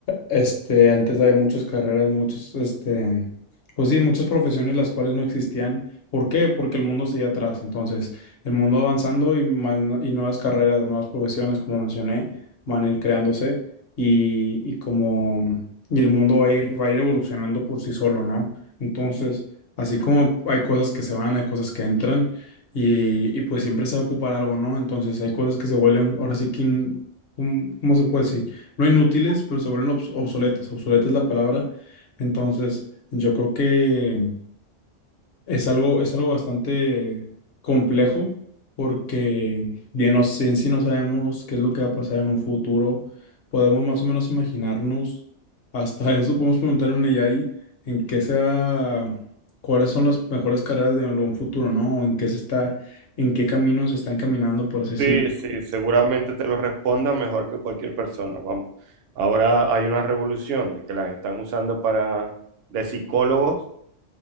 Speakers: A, on the left; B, on the right.
A: Este, antes había muchas carreras, muchas, este, pues sí, muchas profesiones las cuales no existían. ¿Por qué? Porque el mundo seguía atrás. Entonces, el mundo avanzando y más, no- y nuevas carreras, nuevas profesiones, como mencioné, van a ir creándose y, y como, y el mundo va a ir, va a ir evolucionando por sí solo, ¿no? Entonces, así como hay cosas que se van, hay cosas que entran y, y pues siempre se va a ocupar algo, ¿no? Entonces hay cosas que se vuelven, ahora sí que, in- ¿cómo cómo se puede decir? No inútiles, pero se vuelven obs- obsoletas, obsoleta es la palabra. Entonces, yo creo que es algo, es algo bastante complejo porque bien, no, sé- en sí no sabemos qué es lo que va a pasar en un futuro. Podemos más o menos imaginarnos, hasta <laughs> eso podemos preguntar a un AI en qué se va, cuáles son las mejores carreras de algún futuro, ¿no? O en qué se está, en qué caminos se están caminando, por así decirlo.
B: Sí, sí, seguramente te lo responda mejor que cualquier persona. Vamos. Ahora hay una revolución de que las están usando para de psicólogos.